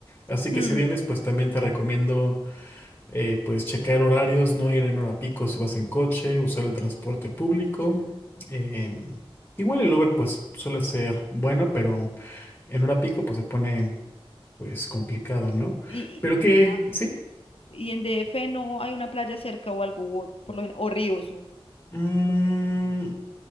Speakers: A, on the left (about 20°); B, on the left (about 70°).
A: así
B: Mm,
A: que si vienes, pues también te recomiendo, eh, pues checar horarios, no ir en hora pico si vas en coche, usar el transporte público, em, igual el Uber pues suele ser bueno, pero en hora pico pues se pone pues complicado, ¿no?
B: Y,
A: Pero que,
B: y-
A: sí.
B: Y en DF no hay una playa cerca o algo, o, por lo gen- o ríos. O,
A: Mm,
B: no sé.